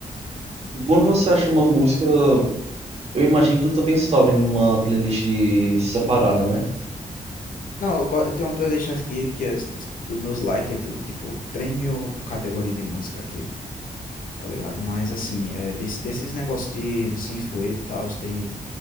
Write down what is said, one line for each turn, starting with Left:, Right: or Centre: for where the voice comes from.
Right: quando você acha uma música, eu imagino que tu também salve numa playlist separada, né?
Left: Não, eu bo- eu tenho uma playlist aqui que é, os meus likes é tudo tipo 3 mil categorias de música aqui, tá ligado? Mas assim, é, desse- desses negócios de, de synthwave e tal, tem